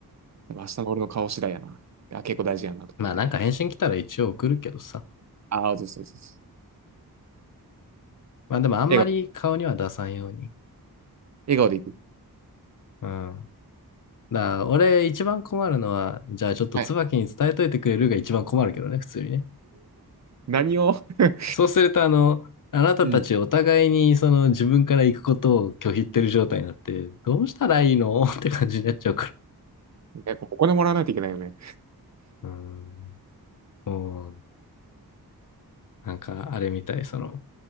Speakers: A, on the right; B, on the left.
A: でも明日の俺の顔次第やな。あ、結構大事やなと思って。
B: まあなんか返信来たら一応送るけどさ。
A: ああ、そうそうそうそう。
B: まあでもあんまり顔には出さんように。
A: 笑顔、笑顔でいく。
B: うん。だから俺一番困るのは、じゃあちょっと椿に伝えといてくれるが一番困るけどね、
A: はい。
B: 普通にね。
A: 何を <laughs>
B: そうすると、あの、あなたたちお互いにその自分から行くことを拒否ってる状態になって、
A: うん。
B: どうしたらいいの <laughs> って感じになっちゃうか
A: なんかお金もらわないといけないよね。ん
B: ら。うん。もう、なんかあれみたい、その、